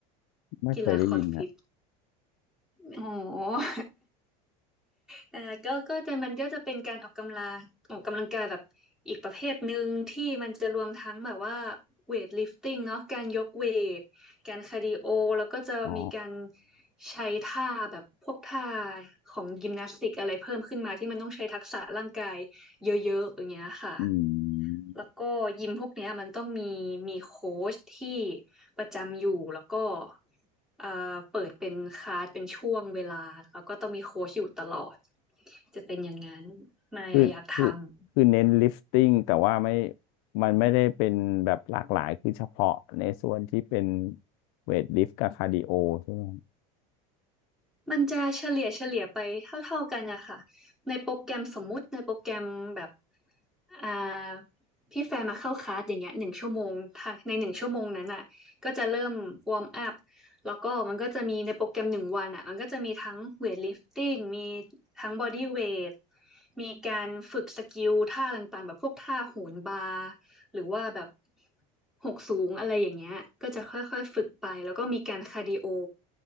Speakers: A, on the left; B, in the centre.
A: ไม่เคยได้ยินครับ
B: กีฬาคอร์สฟิตอ๋อ <laughs> เอ่อก็ก็จะมันก็จะเป็นการออกกำลังออกกำลังกายแบบอีกประเภทหนึ่งที่มันจะรวมทั้งแบบว่าเวทลิฟติ้งเนาะการยกเวทการคาร์ดิโอแล้วก็จะมีการ
A: อ๋อ
B: ใช้ท่าแบบพวกท่าของยิมนาสติกอะไรเพิ่มขึ้นมาที่มันต้องใช้ทักษะร่างกายเยอะๆอย่างเงี้ยค่ะ
A: อืม
B: แล้วก็ยิมพวกเนี้ยมันต้องมีมีโค้ชที่ประจำอยู่แล้วก็เอ่อเปิดเป็นคลาสเป็นช่วงเวลาแล้วก็ต้องมีโค้ชอยู่ตลอดจะเป็นอย่างนั้นมายอะอยากทำ
A: คือคือคือเน้นลิฟติ้งแต่ว่าไม่มันไม่ได้เป็นแบบหลากหลายคือเฉพาะในส่วนที่เป็นเวทลิฟต์กับคาร์ดิโอใช่ไหมครับ
B: มันจะเฉลี่ยเฉลี่ยไปเท่าๆกันนะคะในโปรแกรมสมมุติในโปรแกรมแบบอ่าพี่แฟร์มาเข้าคลาสอย่างเงี้ยหนึ่งชั่วโมงถ้าในหนึ่งชั่วโมงนั้นอ่ะก็จะเริ่มวอร์มอัพแล้วก็มันก็จะมีในโปรแกรมหนึ่งวันอ่ะมันก็จะมีทั้งเวทลิฟติ้งมีทั้งบอดี้เวทมีการฝึกสกิลท่าต่างๆแบบพวกท่าโหนบาร์ หรือว่าแบบหกสูงอะไรอย่างเงี้ยก็จะค่อยๆฝึกไป แล้วก็มีการคาร์ดิโอ